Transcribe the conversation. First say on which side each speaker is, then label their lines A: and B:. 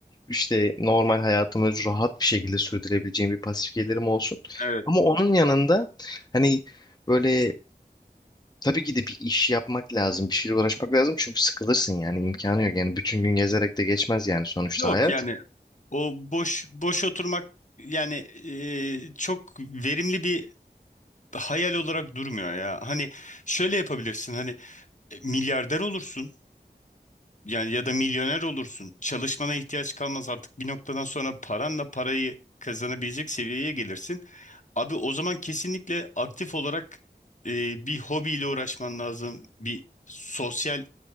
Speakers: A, on the left (about 25°); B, on the left (about 50°).
A: işte normal hayatımı rahat bir şekilde sürdürebileceğim bir pasif gelirim olsun.
B: evet.
A: Ama onun yanında hani böyle Tabii ki de bir iş yapmak lazım, bir şeyle uğraşmak lazım çünkü sıkılırsın yani imkanı yok. Yani bütün gün gezerek de geçmez yani sonuçta
B: Yok
A: hayat.
B: yani o boş boş oturmak yani e, çok verimli bir hayal olarak durmuyor ya. Hani şöyle yapabilirsin hani e, milyarder olursun yani ya da milyoner olursun. Çalışmana ihtiyaç kalmaz artık bir noktadan sonra paranla parayı kazanabilecek seviyeye gelirsin. Abi o zaman kesinlikle aktif olarak e, bir hobiyle uğraşman lazım. Bir sosyal